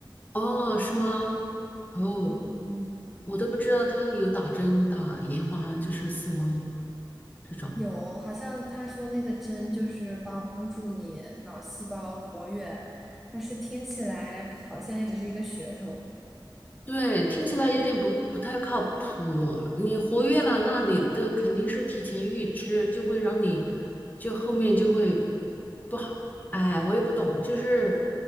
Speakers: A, on the left (about 20°); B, in the centre.
A: 哦，是吗？哦。
B: 嗯嗯，
A: 我都不知道他有打针的，延缓就是死亡这种。
B: 有，好像他说那个针就是帮助你脑细胞活跃，但是听起来好像也只是一个噱头。
A: 对，听起来有点不不太靠谱。你活跃了，那你的肯定是提前预知，就会让你就后面就会不好。哎，我也不懂，就是